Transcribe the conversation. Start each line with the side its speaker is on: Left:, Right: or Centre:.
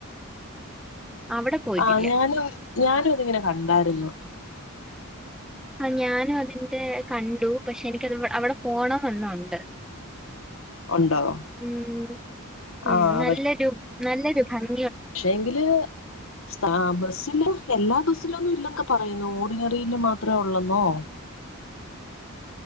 Centre: അവിടെ പോയിട്ടില്ല.
Left: ആഹ് ഞാനും ഞാനും ഇതിങ്ങനെ കണ്ടായിരുന്നു
Centre: ആ ഞാനും അതിന്റെ കണ്ടു പക്ഷെ എനിക്കത് അവിടെ പോണംമന്നുണ്ട്
Left: ഉണ്ടോ
Centre: ഉം ഉം
Left: ആഹ്
Centre: നല്ലൊരു നല്ലൊരു ഭംഗി
Left: പക്ഷെ എങ്കില് സഥാ ബസ്സില എല്ലാ ബസ്സിലൊന്നും ഇല്ലൊക്കെ പറയുന്നു ഓടിനറിൽ മാത്രേ ഉള്ളെന്നോ